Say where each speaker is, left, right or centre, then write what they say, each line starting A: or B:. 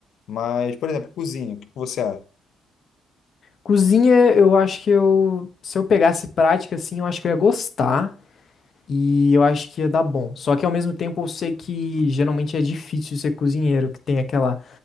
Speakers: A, on the left; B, on the left.
A: Mas, por exemplo, cozinha, o que você acha?
B: Cozinha, eu acho que eu, se eu pegasse prática, assim, eu acho que eu ia gostar e eu acho que ia dar bom. Só que ao mesmo tempo eu sei que geralmente é difícil ser cozinheiro, que tem aquela,